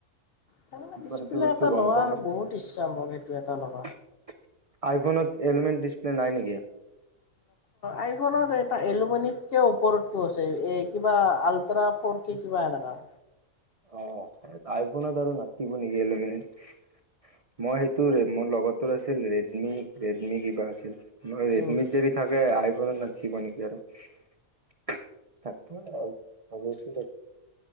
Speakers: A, on the left; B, on the right.
A: তাৰমানে
B: ইমানটো
A: ডিচপ্লে
B: বস্তু
A: এটা
B: গম
A: লোৱাৰ
B: পোৱা।
A: বহুত ইচ্ছা মোৰ সেইটো এটা
B: <inaudible>
A: ল'বা।
B: আইফোনত এলুমিন ডিছপ্লে নাই নেকি?
A: আইফোনত এটা এলুমিনতকে ওপৰতটো আছে এ কিবা আলট্ৰা ফৰ কি কিবা এনেুৱা
B: অ আইফোনত আৰু নাথাকিব নেকি মই সেইটো মোৰ লগতো আছিল ৰেডমি ৰেডমি কিবা আছিল ৰেডমিত
A: উম
B: যদি থাকে আই আই ফোনত নাথাকিব নেকি আৰু <inaudible> থাকে অৱশ্যে